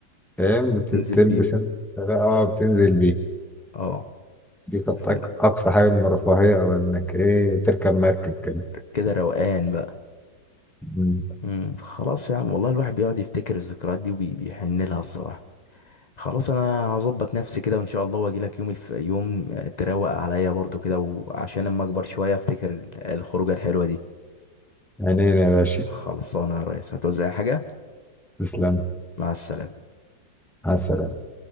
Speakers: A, in the centre; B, on the left.
A: فاهم بتلبس
B: تنزل فيه
A: أنت بقى اه بتنزل بيه
B: اه
A: دي كانت
B: ف-
A: أك- أقصى حاجة من الرفاهية أو إنك إيه تركب مركب كده
B: كده روقان بقى
A: مم.
B: امم خلاص يا عم والله الواحد بيقعد يفتكر الذكريات دي وبيحن لها الصراحة خلاص انا هظبط نفسي كده وان شاء الله واجي لك يوم الف... يوم تروق عليا برضو كده وعشان اما اكبر شوية افتكر ال- الخروجة الحلوة دي
A: عينينا يا باشا
B: خلصانة يا ريس هتوزع حاجة
A: تسلم
B: مع السلامة
A: على السلامة